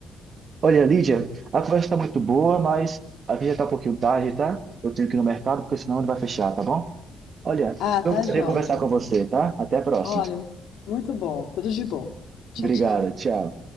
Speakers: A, on the right; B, on the left.
A: Olha, Lídia, a conversa está muito boa, mas a gente já está um pouquinho tarde, tá? Eu tenho que ir no mercado, porque senão ele vai fechar, tá bom? Olha,
B: Ah, tá
A: eu prazer
B: joia,
A: conversar
B: Gisele.
A: com você, tá? Até a próxima.
B: Olha, muito bom. Tudo de bom. Tchau,
A: Obrigado,
B: tchau.
A: tchau.